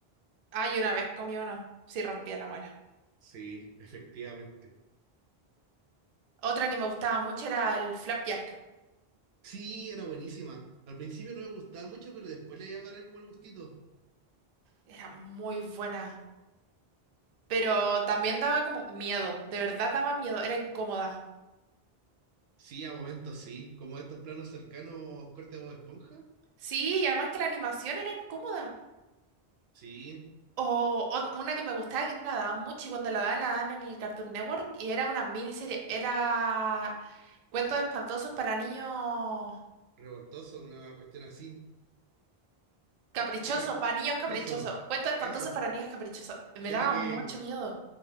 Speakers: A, on the right (about 55°); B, on the right (about 80°).
A: ay, una vez comí uno, sí rompía la muela.
B: Sí, efectivamente.
A: Otra que me gustaba mucho era el flapjack,
B: Sí, era buenísima. Al principio no me gustaba mucho, pero después le agarré como el gustito.
A: era muy buena, pero también daba como miedo, de verdad daba miedo, era incómoda.
B: Sí, a momentos sí, como estos planos cercanos corte de Bob Esponja.
A: Sí, y además que la animación era incómoda.
B: Sí,
A: O, o una que me gustaba que no la daban mucho y cuando la daban la daban en el Cartoon Network y era una miniserie, era cuentos espantosos para niños
B: revoltoso, una cuestión así.
A: caprichosos,
B: Que era-
A: para niños caprichosos,
B: eso,
A: cuentos espantosos
B: eso.
A: para niños caprichosos. Me
B: Que
A: daba
B: era que,
A: mucho miedo.